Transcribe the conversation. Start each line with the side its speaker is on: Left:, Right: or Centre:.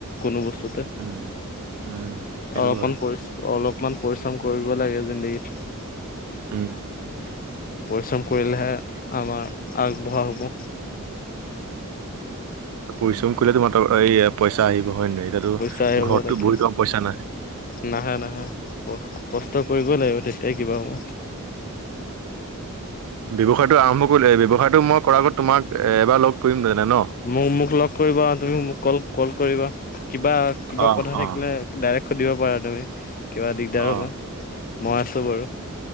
Left: কোনো বস্তু
Right: উম, উম। সেইটো
Left: অলপমান
Right: হয়
Left: পৰি অলপমান পৰিশ্ৰম কৰিব লাগে জিন্দগীত।
Right: উম
Left: পৰিশ্ৰম কৰিলেহে আমাৰ আগবঢ়া হ'ব।
Right: পৰিশ্ৰম কৰিলে তোমাৰ ত এ পইচা আহিব হয় নে নাই? এতিয়াতো
Left: পইচাই হ'ব
Right: ঘৰততো
Left: তাকে
Right: বহি তোমাৰ পইচা নাহে।
Left: নাহে নাহে। ক-কষ্ট কৰিবই লাগিব তেতিয়া কিবা হ'ব।
Right: ব্যৱসায়টো আৰম্ভ কৰিলে, ব্যৱসায়টো মই কৰাৰ আগত তোমাক এবাৰ লগ কৰিম জানে ন'?
Left: মোক মোক লগ কৰিবা, আৰু তুমি মোক কল কল কৰিবা, কিবা কিবা
Right: অ
Left: কথা
Right: অ
Left: থাকিলে ডাইৰেক্ট সুধিব পাৰা তুমি, কিবা দিগদাৰ
Right: অ
Left: হ'লে মই আছোঁ বাৰু।